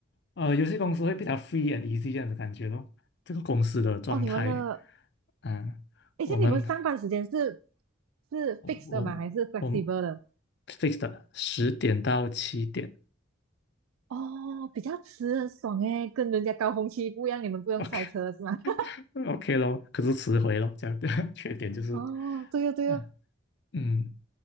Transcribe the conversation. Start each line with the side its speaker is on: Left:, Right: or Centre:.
Left: 呃，游戏公司会比较 free and easy 这样的感觉咯。这个公司的状态，
Right: 哦，你们的，
Left: 嗯，
Right: 诶，
Left: 我们
Right: 像你们上班时间是是
Left: 我我我们
Right: fixed 的吗？还是 flexible 的？
Left: fixed 十点到七点
Right: 哦，比较迟很爽诶，跟人家高峰期不一样，你们不用塞车是吗？
Left: ，OK
Right: <laughs>
Left: <laughs> OK 咯，可是迟回咯，这样的 <laughs> 缺点就是，
Right: 哦，对哦对哦，
Left: 嗯嗯，